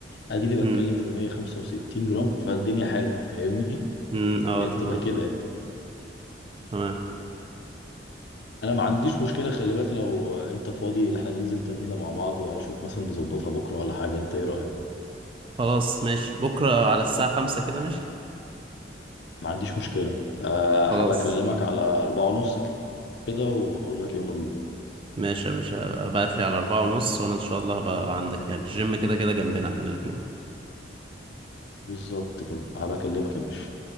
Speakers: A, on the left; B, on the right.
A: اديني
B: امم
A: بتكلم في 165 جرام فالدنيا حلوه فاهمني
B: امم اه
A: فهي بتبقى
B: تمام
A: كده يعني
B: تمام
A: انا ما عنديش مشكله خلي بالك لو انت فاضي ان احنا ننزل تمرينه مع بعض شوف مثلا نظبطها بكره ولا حاجه انت ايه رايك
B: خلاص ماشي بكره على الساعه خمسة كده ماشي
A: ما عنديش مشكله أه
B: خلاص
A: هبقى اكلمك على أربعة ونص كده واقول لك يلا بينا
B: ماشي يا باشا ابعت لي على أربعة ونص وانا ان شاء الله هبقى عندك يعني الجيم كده كده جنبنا احنا الاتنين
A: بالظبط كده هبقى اكلمك يا باشا